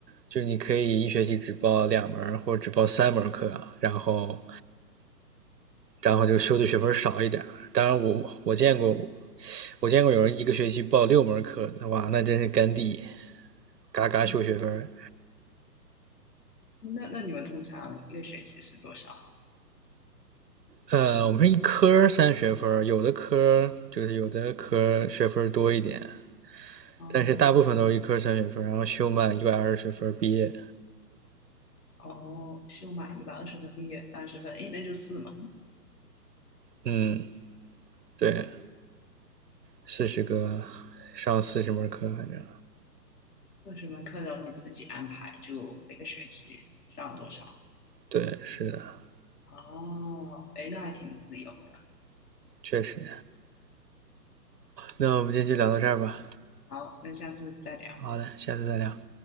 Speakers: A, on the right; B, on the left.
A: 就你可以一学期只报两门或者只报三门课啊，然后然后就修的学分少一点当然我我见过我见过有人一个学期报六门课哇，那真是干地，嘎嘎修学分
B: 嗯那那你们通常一个学期是多少？
A: 呃，我们是一科三学分有的科就是有的科学分多一点，
B: 哦
A: 但是大部分都是一科三学分然后修满一百二十学分毕业。
B: 哦，修满一百二十分毕业三十分，诶，那就四门，
A: 嗯，对，四十个上四十门课，反正
B: 四十门课，然后你自己安排，就每个学期上多少？
A: 对，是的，
B: 哦，诶，那还挺自由的。
A: 确实。那我们今天就聊到这儿吧。
B: 好，那下次再聊。
A: 好的，下次再聊。